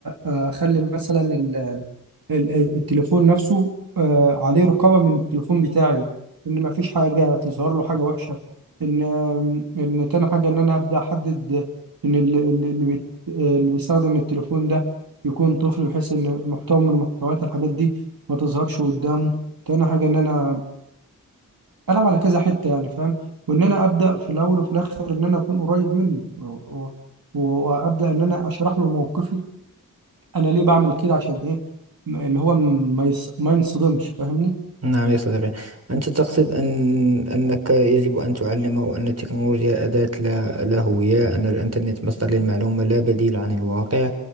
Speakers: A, on the right (about 80°); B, on the right (about 45°).
A: آه، اخلي مثلا ال- ال- التليفون نفسه آه، عليه رقابة من التليفون بتاعي إن ما فيش حاجة تظهر له حاجة وحشة إن آم، إن تاني حاجة إن أنا أبدأ أحدد إن ال- ال- اللي بيت- اللي بيستخدم التليفون ده يكون طفل بحيث إن محتوى من محتويات الحاجات دي ما تظهرش قدامه تاني حاجة إن أنا ألعب على كذا حتة يعني فاهم وإن أنا أبدأ في الأول وفي الآخر إن أنا أكون قريب منه و- و- وأبدأ إن أنا أشرح له موقفي انا ليه بعمل كده عشان ايه م- اللي هو م- ما يص... ما ينصدمش فاهمني
B: نعم يا صديقي أنت تقصد أن أنك يجب أن تعلمه أن التكنولوجيا أداة لا, لا هوية أن الإنترنت مصدر للمعلومة لا بديل عن الواقع